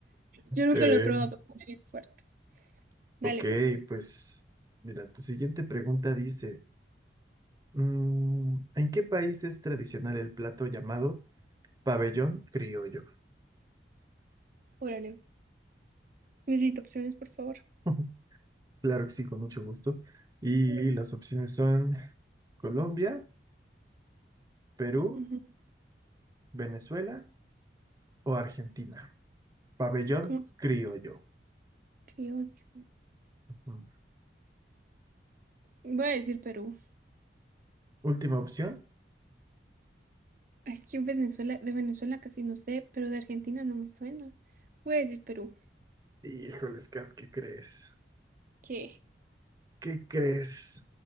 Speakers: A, on the right; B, on the right.
A: Yo nunca
B: Eh,
A: lo he probado, pero es bien fuerte. Dale,
B: ok,
A: pues, Juan.
B: pues, mira, tu siguiente pregunta dice. Mm, ¿en qué país es tradicional el plato llamado pabellón criollo?
A: Órale. Necesito opciones, por favor.
B: <laughs> Claro que sí, con mucho gusto. Y
A: Eh,
B: las opciones son Colombia, Perú,
A: ujú,
B: Venezuela o Argentina. Pabellón
A: ¿Cómo se
B: criollo.
A: criollo?
B: Mm.
A: Voy a decir Perú.
B: Última opción.
A: Es que en Venezuela, de Venezuela casi no sé, pero de Argentina no me suena. Voy a decir Perú,
B: Híjoles, Kat, ¿qué crees?
A: que,
B: ¿Qué crees?